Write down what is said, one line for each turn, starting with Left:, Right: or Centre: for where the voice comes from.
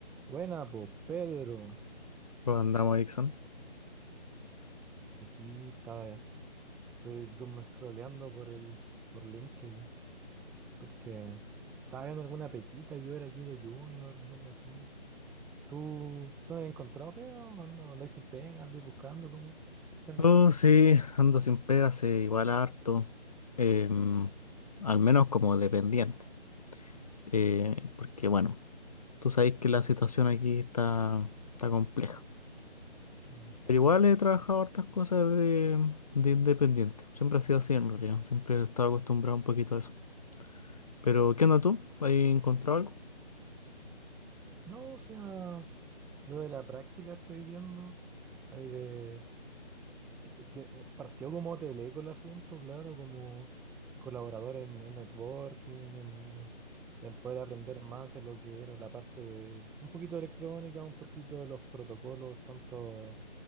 Centre: Buena, pues Pedro.
Left: ¿Cómo andamos, Dixon?
Centre: Aquí estaba, estoy doom scrolleando por el, por LinkedIn, porque estaba viendo alguna pequita que ver aquí de Junior o algo así. ¿Tú, tú no has encontrado pega o no? ¿Andáis sin pega? ¿Andáis buscando? ¿Cómo? ¿Qué andáis?
Left: Oh, sí, ando sin pega hace igual harto. em, al menos como dependiente. eh, porque bueno, tú sabes que la situación aquí está, está compleja.
Centre: Mm.
Left: Pero igual he trabajado hartas cosas de, de independiente. Siempre ha sido así en realidad. Siempre he estado acostumbrado un poquito a eso. Pero, ¿qué onda tú? ¿Has encontrado algo?
Centre: No, o sea, lo de la práctica estoy viendo. Ahí de, que que, eh, partió como Teleco el asunto, claro, como colaborador en, en networking, en, en poder aprender más de lo que era la parte de un poquito de electrónica, un poquito de los protocolos, tanto